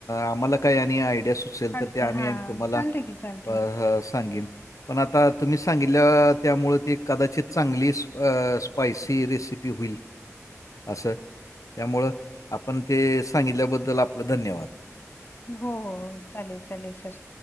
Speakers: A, on the left; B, on the left.
A: आम्हाला काय आणि आयडिया सुच असलं
B: अडचण
A: तर ते आम्ही
B: हां,
A: आणि तुम्हाला
B: चालतंय की चालतंय.
A: अ सांगेन, पण आता तुम्ही सांगितलं त्यामुळं ती कदाचित चांगली अ स्पायसी रेसिपी होईल. असं त्यामुळं आपण ते सांगितल्याबद्दल आपलं धन्यवाद.
B: हो हो चालेल चालेल सर.